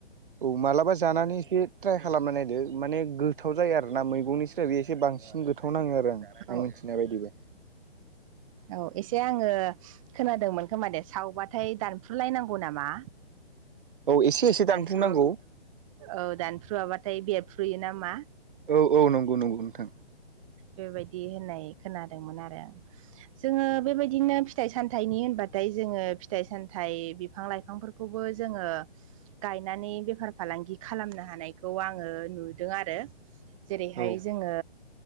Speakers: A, on the right; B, on the right.
A: औ मालाबा जानानै एसे ट्राय खालामना नायदो माने गोथाव जायो आरोना मैगंनिसाय बे एसे बांसिन गोथाव नाङो आरो आंना
B: औ
A: आं मिथिनाय बायदिबा
B: औ एसे आङो खोनादोंमोन खोमा दे सावबाथाय दानफ्रुलायनांगौ नामा?
A: औ एसे एसे
B: दानफ्रु
A: दानफुंनांगौ।
B: औ दानफ्रुवाबाथाय बेरफ्रुयो नामा।
A: औ औ नंगौ नंगौ नोंथां
B: बेबायदि होननाय खोनादोंमोन आरो जोङो बेबायदि बिदिनो फिथाइ सामथाइनि होनबाथाय जोङो फिथाइ सामथाइ बिफां लाइफांफोरखौबो जोङो गायनानै बेफार फालांगि खालामनो हानायखौ आङो नुदों आरो। जेरैहाय
A: औ
B: जोङो